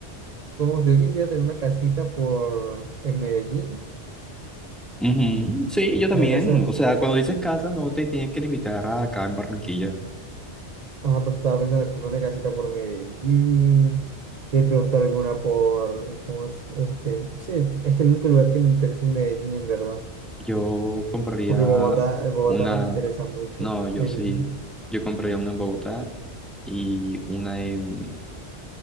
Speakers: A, on the right (about 45°); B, in the centre.
A: Supongamos, yo quisiera tener una casita por, en Medellín,
B: Ujú, Sí, yo también.
A: una casa
B: O sea, cuando dices casa, no te tienes que limitar a acá en Barranquilla.
A: Ajá, pues estaba pensando de pronto una casita por Medellín, de pronto alguna por, ¿cómo es? Este, sí, es que el único lugar que me interesa es Medellín, en verdad,
B: Yo compraría
A: porque Bogotá, el Bogotá
B: una,
A: no me interesa mucho.
B: no, yo
A: En-
B: sí, yo compraría una en Bogotá y una en,